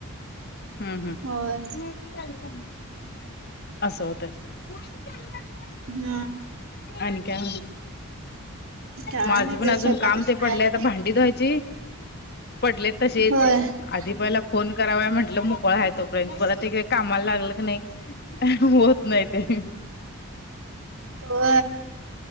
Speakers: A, on the left; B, on the right.
A: हम्म
B: होय.
A: हम् असं होतय मू कर
B: हम्म
A: आणिन का
B: काय
A: माझं
B: नाही
A: पण
B: ते
A: अजून
B: स्वयंपाकाची
A: काम ते
B: तयारी
A: पडलं आता भांडी धुवायची पडले तसेच
B: होय.
A: आधी पहिला फोन कराव म्हंटलं मोकळा आहे तोपर्यंत परत एक व्यक् कामाला लागल क नाही होत नाही ते
B: हो